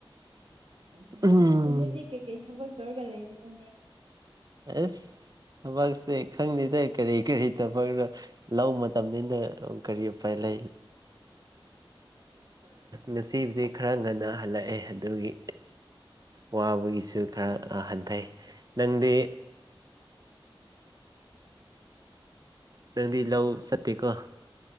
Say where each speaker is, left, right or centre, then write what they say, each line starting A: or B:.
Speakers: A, on the right; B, on the right.
A: ꯌꯥꯝ ꯐꯩꯩꯅ
B: ꯎꯝ
A: ꯑꯩꯈꯣꯏꯅꯗꯤ ꯀꯩꯀꯩ ꯊꯕꯛ ꯇꯧꯔꯒ ꯂꯩꯕꯅꯣꯅꯦ
B: ꯑꯁ ꯊꯕꯛꯁꯦ ꯈꯪꯗꯦꯗ ꯀꯔꯤ ꯀꯔꯤ ꯊꯕꯛꯅꯣ ꯂꯧ ꯃꯇꯝꯅ ꯀꯔꯤ ꯎꯄꯥꯏ ꯂꯩ ꯉꯁꯤꯕꯨꯗꯤ ꯈꯔ ꯉꯟꯅ ꯍꯜꯂꯛꯑꯦ ꯑꯗꯨꯒꯤ ꯋꯥꯕꯒꯤꯁꯨ ꯈꯔ ꯍꯟꯊꯩ ꯅꯪꯗꯤ ꯅꯪꯗꯤ ꯂꯧ ꯆꯠꯇꯦꯀꯣ